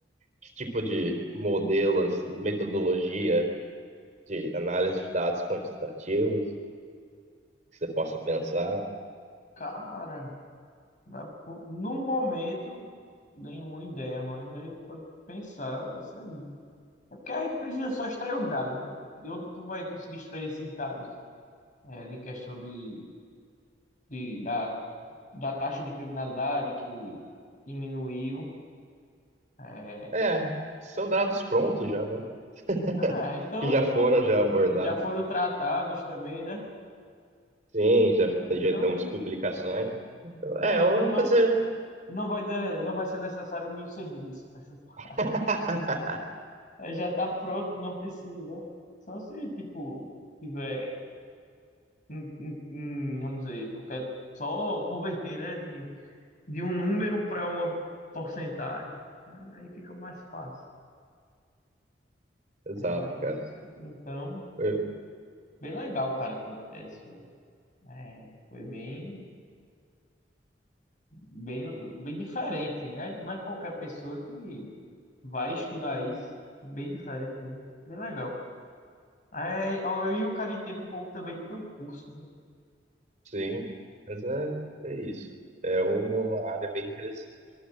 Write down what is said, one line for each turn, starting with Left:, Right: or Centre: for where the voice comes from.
Right: que tipo de modelos, de metodologia de análise de dados quantitativos que você possa pensar.
Left: Cara, na- no momento, nenhuma ideia, mas a gente pode pensar nisso aí. É porque a gente precisa só extrair os dados, né? De onde tu vai conseguir extrair esses dados? é, de questão de, de- da, da taxa de criminalidade que diminuiu. é.
Right: É, são dados prontos já, né? <laughs>
Left: Ah, então
Right: Que já foram
Left: não,
Right: já abordados.
Left: já foram tratados também, né?
Right: Sim, já,
Left: Ah, então,
Right: já estão as publicações. Então,
Left: ah,
Right: é,
Left: então
Right: eu vou
Left: não,
Right: fazer.
Left: não vai, de- não vai ser necessário o meu serviço. né? <laughs>
Right: <laughs>
Left: Aí Já tá pronto, não precisa, né? Só se, tipo, tiver, hum, hum, hum, vamos dizer, tu quer só converter, né, de, de um número para uma porcentagem, aí, aí fica mais fácil.
Right: Exato,
Left: Mas,
Right: cara.
Left: então,
Right: Eu-
Left: bem legal, cara, a tua tese, velho. É, foi bem, bem, bem diferente, né? Não é qualquer pessoa que vai estudar isso. Bem diferente mesmo. Bem legal. É, ó, e o cara entende um pouco também do teu curso, né
Right: sim, mas é, é isso. É uma área bem interessante.